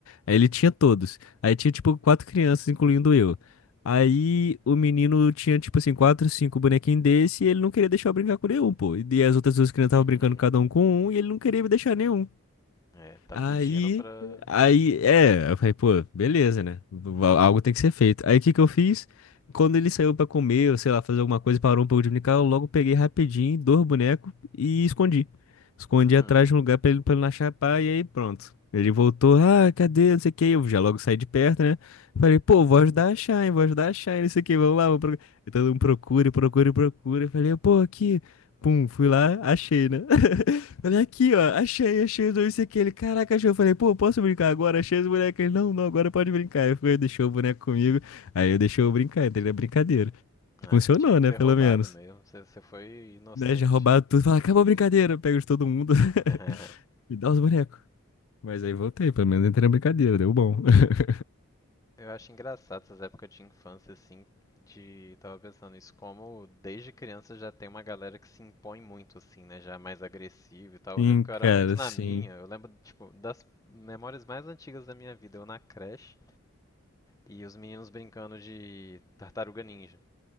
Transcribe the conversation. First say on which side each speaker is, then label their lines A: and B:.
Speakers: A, on the left; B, on the left.
A: Aí ele tinha todos. Aí tinha tipo quatro crianças, incluindo eu. Aí o menino tinha tipo assim, quatro, cinco bonequinhos desse e ele não queria deixar eu brincar com nenhum, pô. E as outras duas crianças
B: <laughs>
A: estavam brincando cada um com um e ele não queria me deixar nenhum.
B: É, tá
A: Aí,
B: pedindo pra.
A: aí, é, eu falei, pô, beleza, né? Va- Algo tem que ser feito. Aí o que que eu fiz? Quando ele saiu pra comer, ou sei lá, fazer alguma coisa, parou um pouco de brincar, eu logo peguei rapidinho, dois bonecos e escondi. Escondi
B: <laughs>
A: atrás de um lugar pra ele, pra ele não achar pá, e aí pronto. Ele voltou, ah, cadê? Não sei o que. Eu já logo saí de perto, né? Falei, pô, vou ajudar a achar, hein? Vou ajudar a achar, hein? Não sei o que, vamos lá, vamos procurar. Então, procura, procura, procura. Eu falei, pô, aqui. Pum, fui lá, achei, né? <laughs> Olha aqui, ó. Achei, achei os dois isso aqui. Ele, caraca, achei. Eu falei, pô, posso brincar agora? Achei os bonecos. Ele, não, não, agora pode brincar. Eu fui, deixou o boneco comigo. Aí eu deixei eu brincar, entendeu? É brincadeira.
B: ah,
A: Funcionou,
B: você tinha que
A: né?
B: ter
A: Pelo
B: roubado
A: menos.
B: mesmo. Você, você foi inocente.
A: Né? Já roubaram tudo. Fala, acabou a brincadeira. Pega de todo mundo
B: <laughs>
A: <laughs> e dá os bonecos. Mas aí voltei, pelo menos entrei na brincadeira, deu bom. <laughs>
B: Eu acho engraçado essas épocas de infância, assim, de... Tava pensando isso, como desde criança já tem uma galera que se impõe muito, assim, né? Já é mais agressivo e tal.
A: Sim,
B: Eu lembro que eu era
A: cara,
B: muito na
A: sim.
B: minha, eu lembro, tipo, das memórias mais antigas da minha vida, eu na creche e os meninos brincando de Tartaruga Ninja.